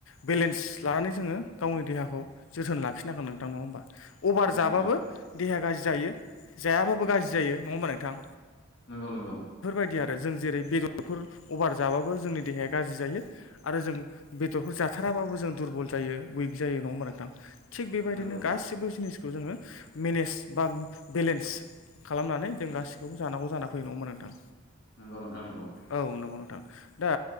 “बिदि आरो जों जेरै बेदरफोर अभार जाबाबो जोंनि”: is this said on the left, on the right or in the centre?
Left